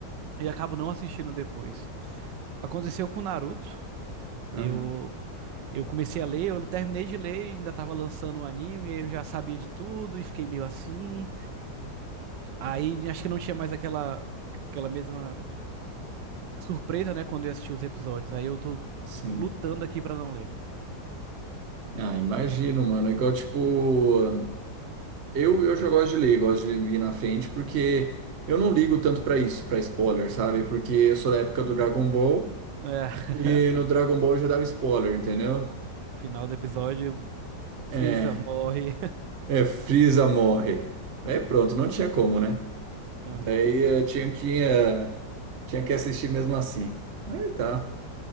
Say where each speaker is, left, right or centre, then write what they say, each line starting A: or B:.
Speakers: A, on the right (about 80°); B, on the right (about 45°).
A: e acabo não assistindo depois. Aconteceu com Naruto. Eu
B: Ah,
A: eu comecei a ler, eu terminei de ler, e ainda tava lançando o anime, eu já sabia de tudo e fiquei meio assim. Aí acho que não tinha mais aquela aquela mesma surpresa, né, quando eu assisti os episódios. Aí eu tô
B: sim.
A: lutando aqui pra não ler.
B: Ah, imagino, mano. É Igual, tipo, eu, eu já gosto de ler, gosto de vir na frente, porque eu não ligo tanto pra isso, pra spoiler, sabe? Porque eu sou da época do Dragon Ball
A: É. <laughs>
B: e no Dragon Ball já dava spoiler, entendeu?
A: Final do episódio, Frieza
B: É,
A: morre.
B: é, Freeza morre. Daí pronto, não tinha como, né? Daí
A: <laughs> Aham.
B: eh, tinha que, eh, tinha que assistir mesmo assim. Mas tá,